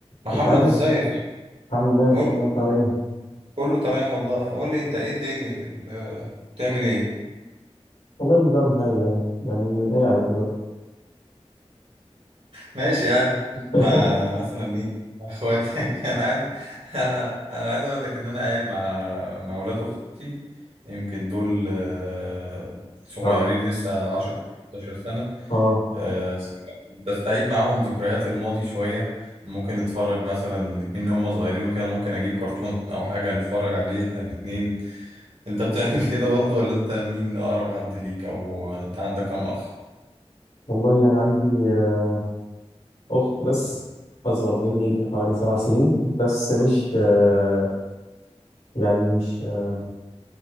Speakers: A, on the right; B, on the left.
A: محمد
B: كنت عايزك
A: ازيك
B: الحمد لله الحمد
A: قول
B: لله تمام ايه
A: كله تمام والله قول لي انت ايه الدنيا في ال- آه، بتعمل ايه
B: والله مش بعمل حاجة يعني يعني قاعد دلوقتي
A: ماشي قاعد
B: <laughs>
A: مع مثلا مين مع اخواتك <laughs> انا عايز انا انا عايز اقول لك ان انا قاعد مع مع اولاد اختي يمكن دول آه، صغيرين
B: اه
A: لسه 10 11 سنة
B: اه
A: آه، صراحة بستعيد معاهم ذكريات الماضي شوية ممكن نتفرج مثلا إن هم صغيرين وكده ممكن أجيب كرتون أو حاجة نتفرج عليه إحنا الاتنين انت بتعمل كده برضه ولا انت مين اقرب حد ليك او انت عندك كام اخ
B: والله أنا عندي آه، أخت بس أصغر مني بحوالي سبع سنين بس مش آه، يعني مش آه،